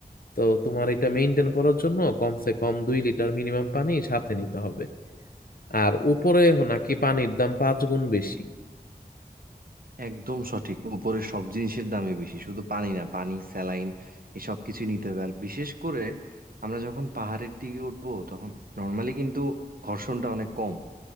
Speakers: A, on the left; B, on the right.
A: তো তোমার এটা মেনটেন করার জন্য কমসে কম দুই লিটার মিনিমাম পানি সাথে নিতে হবে আর উপরে নাকি পানির দাম পাঁচ গুণ বেশি
B: একদম সঠিক উপরে সব জিনিসের দামই বেশি শুধু পানি না পানি স্যালাইন এসব কিছুই নিতে হবে আর বিশেষ করে আমরা যখন পাহাড়ের দিকে উঠবো তখন নর্মালি কিন্তু ঘর্ষণটা অনেক কম